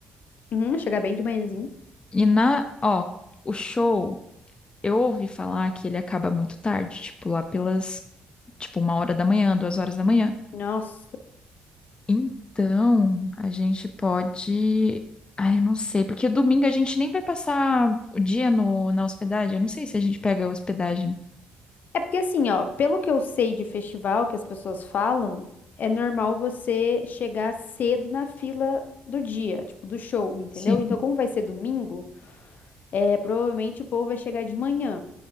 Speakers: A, on the left; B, on the left.
A: Uhum, chegar bem de manhãzinho.
B: E na, ó, o show, eu ouvi falar que ele acaba muito tarde, tipo, lá pelas, tipo, uma hora da manhã, duas horas da manhã.
A: Nossa.
B: Então, a gente pode. Ai, eu não sei, porque domingo a gente nem vai passar o dia no, na hospedagem. Eu não sei se a gente pega a hospedagem
A: É porque assim, ó, pelo que eu sei de festival que as pessoas falam, é normal você chegar cedo na fila do dia, tipo, do show, entendeu?
B: Sim.
A: Então, como vai ser domingo, é, provavelmente o povo vai chegar de manhã.